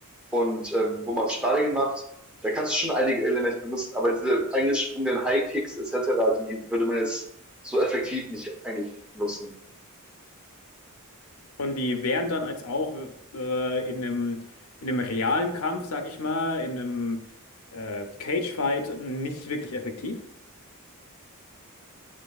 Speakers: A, in the centre; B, on the left.
A: und ähm, wo man Sparring macht, da kannst du schon einige Elemente benutzen, aber diese eingesprungenen High-Kicks etc., die würde man jetzt so effektiv nicht eigentlich nutzen.
B: Und die wären dann als auch äh, in einem, in einem realen Kampf, sag ich mal, in einem äh, Cage-Fight nicht wirklich effektiv.